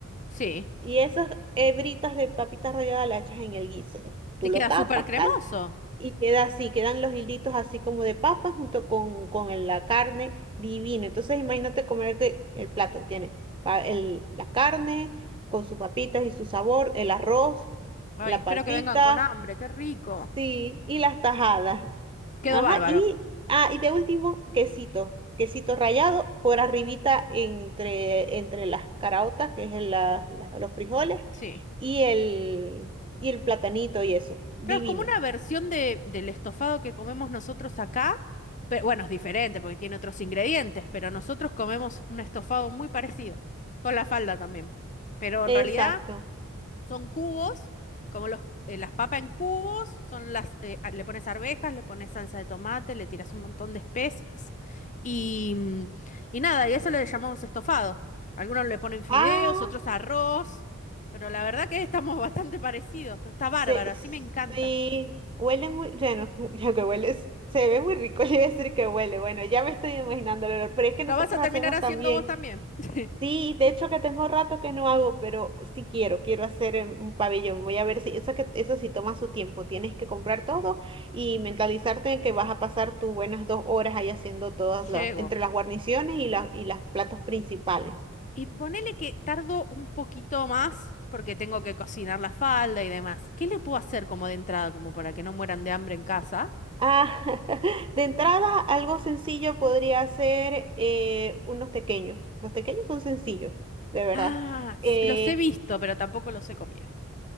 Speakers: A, on the left; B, on the right.
A: sí.
B: Y esas hebritas de papita rallada las echas en el guiso. Tú
A: Te
B: lo
A: queda
B: tapas,
A: súper cremoso.
B: tal, y queda así, quedan los hilditos así como de papas junto con, con el- la carne divina. Entonces imagínate comerte el plato, tiene pa- el, la carne con sus papitas y su sabor, el arroz,
A: Ay,
B: la
A: espero
B: paltita,
A: que vengan con hambre, qué rico.
B: Sí, y las tajadas.
A: Quedó
B: Ajá,
A: bárbaro.
B: y, ah, y de último, quesito. Quesito rallado por arribita entre, entre las caraotas, que es el- la- la- los frijoles,
A: Sí.
B: y el, y el platanito y eso. Divino.
A: Claro, es como una versión de, del estofado que comemos nosotros acá, pero bueno, es diferente porque tiene otros ingredientes, pero nosotros comemos un estofado muy parecido, con la falda también. Pero en
B: Exacto.
A: realidad Son cubos, como los, eh, las papas en cubos, son las, eh, a- le pones arvejas, le pones salsa de tomate, le tiras un montón de especias y, mm, y nada, y eso le llamamos estofado. Algunos le ponen fideos,
B: Ah,
A: otros arroz, pero la verdad que estamos <laughs> bastante parecidos, pero está bárbaro,
B: se,
A: así me encanta.
B: sí, huele muy, bueno, <laughs> ya que huele, se ve muy rico, <laughs> le iba a decir que huele. Bueno, ya me estoy imaginando el olor, pero es que
A: ¿La
B: nosotros
A: vas a terminar
B: hacemos
A: haciendo
B: también.
A: vos también? <laughs>
B: Sí, de hecho que tengo rato que no hago, pero sí quiero, quiero hacer eh, un pabellón. Voy a ver si eso que eso sí toma su tiempo. Tienes que comprar todo y mentalizarte en que vas a pasar tus buenas dos horas ahí haciendo todas las,
A: Llego.
B: entre las guarniciones y las y los platos principales.
A: Y ponele que tardo un poquito más porque tengo que cocinar la falda y demás. ¿Qué le puedo hacer como de entrada, como para que no mueran de hambre en casa?
B: Ah, <laughs> de entrada, algo sencillo podría ser eh, unos pequeños. Los pequeños son sencillos, de verdad.
A: Ah, s-
B: Eh,
A: los he visto, pero tampoco los he comido.